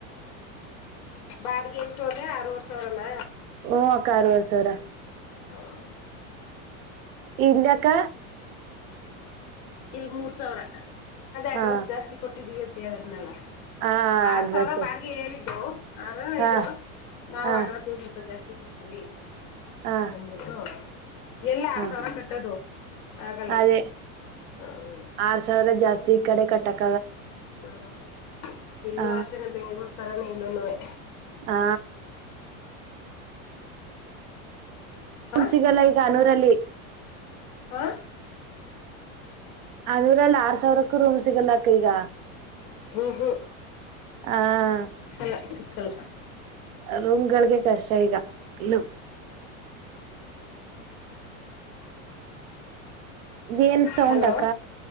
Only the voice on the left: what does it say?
ಬಾಡ್ಿಗೆ ಎಷ್ಟು ಹೋದ್ರೆ ಆರವರ್ ಸಾವಿರ ಅಲ್ಲಾ
ಹೌ
ಇಲ್ ಮೂರ್ ಸಾವಿರ ಅದೇ
ಅಡ್ವಾನ್ಸ್ ಜಾಸ್ತಿ ಕೊಟ್ಟಿದ್ದೀವಿ ಅ ಹೇಳದ್್ಮೇಾಲ
ಆರ್
ಸಾವಿರ ಬಾಡಿಗೆ ಹೇಳಿದ್ದು ಆ
ಇದು ನಾ್
ಅಡ್ವಾಸ್ ಸ್ವಲ್ಪ ಜಾಸ್ತಿ. ಕೊಡ್ತೀವಿ.
ನಿಜ ಎಲ್ಲಾ
ಆರ ಸಾವಿರ ಕಟ್ಟದು. ಆಗಲ್ಲ.
ಹ್ಮ.
ಹ್ಮ್ ಇಲ್ಲೂ
ಅಷ್ಟೇನೆ ಬೆಂಗ್ಳೂರ್ ತರ. ಇಲ್ಲನ್ನುವೇ.
ಹಾ
ಹಾ
ಹ್ಮ ಹ್ಮ
ಚಲ ಸಿಕ್ಕ ಚಲ
ಹಲೋ